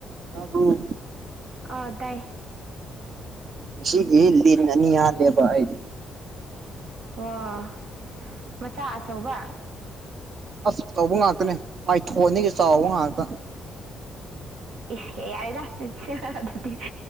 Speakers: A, on the right; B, on the right.
A: ꯇꯥꯕꯔꯣ꯫
B: ꯑꯥ ꯇꯥꯏ
A: ꯉꯁꯤꯒꯤ ꯂꯤꯟ ꯑꯅꯤ ꯍꯥꯠꯂꯦꯕ ꯑꯩ꯫
B: ꯑꯣ ꯃꯆꯥ ꯑꯆꯧꯕ꯫
A: ꯑꯁ ꯑꯆꯧꯕ ꯉꯥꯛꯇꯅꯦ ꯄꯥꯏꯊꯣꯟꯗꯒꯤ ꯆꯥꯎꯕ ꯉꯥꯛꯇ꯫
B: ꯏꯁ ꯌꯥꯔꯦꯗ ꯅꯪꯁꯨ ꯑꯗꯨꯗꯤ